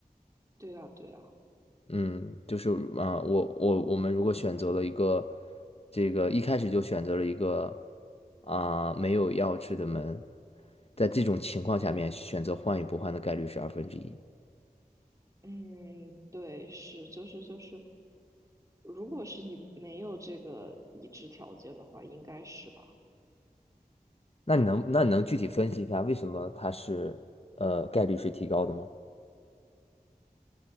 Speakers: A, on the right; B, on the left.
A: 对啊，对啊，
B: 嗯，就是啊、呃我我我们如果选择了一个这个一开始就选择了一个啊、没有钥匙的门，在这种情况下面选择换与不换的概率是二分之一。
A: 嗯，对，是，就是就是，如果是你没有这个已知条件的话，应该是吧？
B: 那你能那你能具体分析一下为什么它是呃概率是提高的吗？